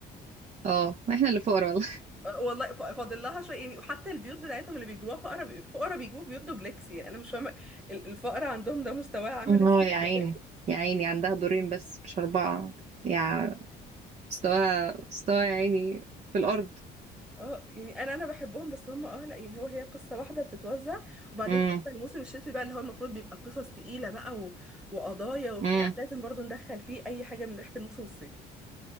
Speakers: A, on the right; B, in the centre.
A: اه ما احنا اللي فقراء
B: آه، والله ف- فاضل لها شويه يعني وحتى البيوت بتاعتهم اللي بيجيبوها فقرا بي- فقرا بيجيبوا بيوت دوبلكس يعني انا مش فاهمه ال- الفقر عندهم ده مستواه عامل
A: اه
B: ازاي
A: يا
B: <laughs>
A: عيني يا عيني عندها دورين بس مش أربعة يا مستواها مستواها يا عيني في الأرض
B: اه يعني انا انا بحبهم بس هم اه لا يعني هو هي قصه واحده بتتوزع وبعدين
A: امم
B: حتى الموسم الشتوي بقى اللي هو المفروض بيبقى قصص تقيله بقى و... وقضايا وبتاع
A: امم
B: لازم برضو ندخل فيه اي حاجه من ريحه الموسم الصيفي